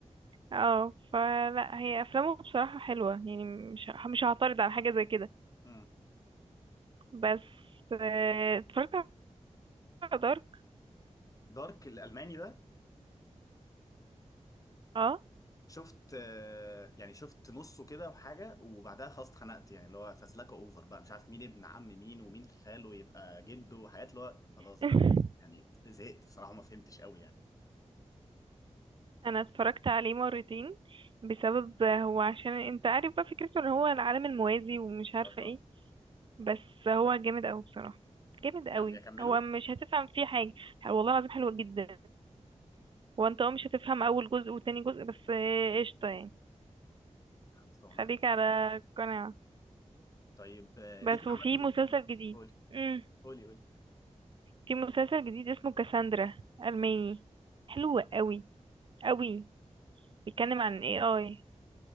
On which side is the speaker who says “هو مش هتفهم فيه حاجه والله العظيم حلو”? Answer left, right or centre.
Right